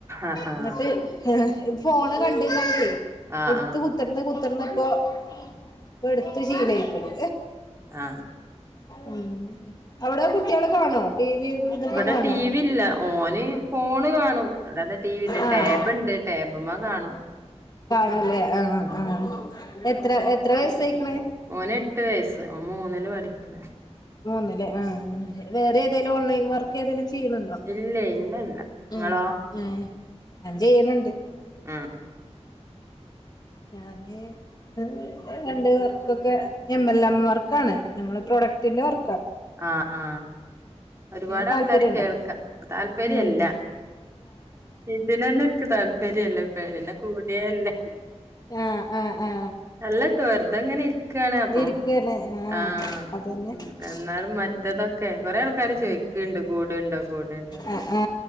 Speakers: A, on the right; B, on the left.
A: ആഹാ
B: എന്നിട്ട് ഫോണ് കണ്ട്ഴിഞ്ഞാലണ്ടേ
A: ആഹ്
B: എടുത്ത് കുത്തിർന്ന് കുത്തിർന്ന് <unintelligible> ഇപ്പൊടുത്ത് ശീലായിക്കോളും.
A: ആ
B: മ് അവിടെ കുട്ടികള് കാണോ ടി വി? ഇതൊക്കെ
A: ഇവടെ
B: കാണോ
A: ടി വി ഇല്ല, ഓന് ഫോണ് കാണും, അല്ലാതെ ടി വി ഇല്ല
B: ആഹ്
A: ടാബ്ണ്ട് ടാബ്മ്മ കാണും.
B: അല്ലെ ആ
A: ഉം
B: ആ എത്ര എത്ര വയസായിക്കണ്?
A: ഓന് എട്ട് വയസ്സ് ഓൻ <unintelligible>
B: മൂന്നല്ലേ ആ ആ വേറെ എത് ന്തേലും ഓൺലൈൻ വർക്ക് ഏതേലും ചെയ്യണുണ്ടോ
A: ഇല്ല ഇല്ലല്ല ങ്ങളോ?
B: ഉം ഏഹ് ഞാൻ ചെയ്യണൊണ്ട്.
A: ആ
B: ഞാന് ഒരു രണ്ട് വർക്കൊക്കെ എം എൽ എം വർക്കാണ് ഞമ്മള് പ്രൊഡക്ടിന്റെ വർ
A: ആ ആ ഒരുപാടാൾക്കാര്
B: അതിന് താല്പര്യണ്ടോ
A: കേൾക്ക താല്പര്യല്ല,
B: ഉം
A: ഇതിനന്നെ എനിക്ക് താല്പര്യല്ല. പിന്നെ കൂടിയല്ലേ
B: ആ ആ ആ
A: അല്ലട്ടോ വെറുതെ ഇങ്ങനെ ഇരിക്കാണ് അപ്പം
B: ഇരിക്കന്നെ ആ
A: ആഹ്
B: അതന്നെ
A: ഉം എന്നാലും മറ്റതൊക്കെ
B: ഉം
A: കൊറെയാൾ ക്കാര് ചോദിക്കുണ്ട് കൂടുണ്ടോ കൂടുണ്ടോ
B: ആ ആ